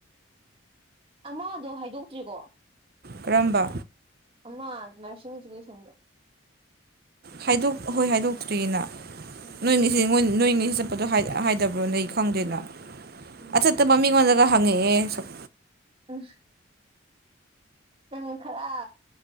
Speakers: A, on the right; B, on the right.
A: ꯑꯃꯥꯗꯣ ꯍꯥꯏꯗꯣꯛꯇ꯭ꯔꯤꯒꯣ
B: ꯀꯔꯝꯕ
A: ꯑꯃ ꯅꯔꯁꯤꯡ ꯑꯦꯖꯨꯀꯦꯁꯟꯗꯣ
B: ꯍꯥꯏꯗꯣꯛ ꯑꯍꯣꯏ ꯍꯥꯏꯗꯣꯛꯇ꯭ꯔꯤꯅ
A: ꯑꯣ
B: ꯑꯅꯤꯁꯦ ꯌꯦꯡꯉꯣꯏ ꯅꯣꯏꯅꯤ ꯆꯠꯄꯗꯣ ꯍꯥꯏ ꯍꯥꯏꯗꯕ꯭ꯔꯣ ꯅꯣꯏ ꯈꯪꯗꯦꯅ
A: ꯎꯝ
B: ꯑꯆꯠꯇꯕ
A: ꯍꯥꯏꯗꯣꯛꯇ꯭ꯔꯤ
B: ꯃꯤꯉꯣꯟꯗ ꯑ ꯍꯪꯉꯛꯑꯦ ꯁꯛ
A: ꯑꯁ ꯎꯪ ꯈꯔ